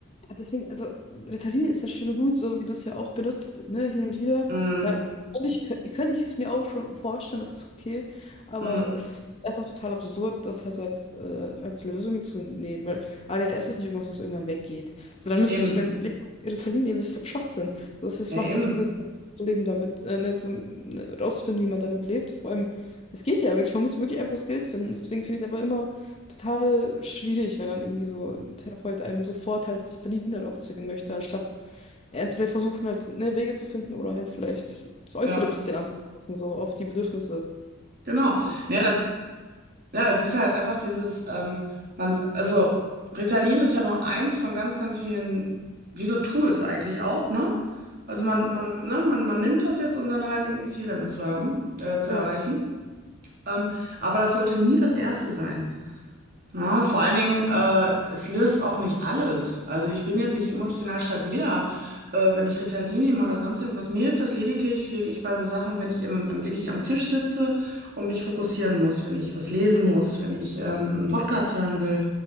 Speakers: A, on the left (about 30°); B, on the right (about 50°).
A: Ja, Deswegen, also Ritalin ist ja schon gut, so wie du es ja auch benutzt, ne, hin und wieder.
B: mh,
A: Da könnte ich, könnte ich es mir auch schon vorstellen, das ist okay. Aber
B: mh,
A: es ist einfach total absurd, das halt so als, äh, als Lösung zu nehmen, weil ADS ist nicht irgendwas, was irgendwann weggeht. So, dann müsstest
B: eben,
A: du dann Le- Ritalin nehmen, das ist doch Schwachsinn. Das ist,
B: ja,
A: macht
B: eben.
A: ja viel mehr Sinn, zu leben damit, äh, ne, zu, ne, rauszufinden, wie man damit lebt. Vor allem, es geht ja wirklich, man muss wirklich einfach das Geld finden. Deswegen finde ich es einfach immer total schwierig, wenn dann irgendwie so ein Therapeut einem sofort halt das Ritalin halt aufzwingen möchte, anstatt ernst vielleicht versuchen halt ne, Wege zu finden oder halt vielleicht das Äußere
B: Ja.
A: ein bisschen anzupassen, so auf die Bedürfnisse.
B: Genau.
A: Das,
B: Ja, das, ja, es ist halt einfach dieses, ähm, man, also Ritalin ist ja nur eins von ganz, ganz vielen, wie so Tools eigentlich auch, ne? Also
A: Mhm.
B: man, man, ne, man, man nimmt das jetzt, um dann halt irgendein Ziel damit zu haben, äh, zu
A: Ja.
B: erreichen. Ähm, aber das sollte nie das erste sein. Ja, vor allen Dingen, äh, es löst auch nicht alles. Also ich bin jetzt nicht emotional stabiler, äh, wenn ich Ritalin nehme oder sonst irgendwas. Mir hilft das lediglich wirklich bei so Sachen, wenn ich im, im, wirklich am Tisch sitze und mich fokussieren muss, wenn ich was lesen muss, wenn ich ähm, einen Podcast hören will.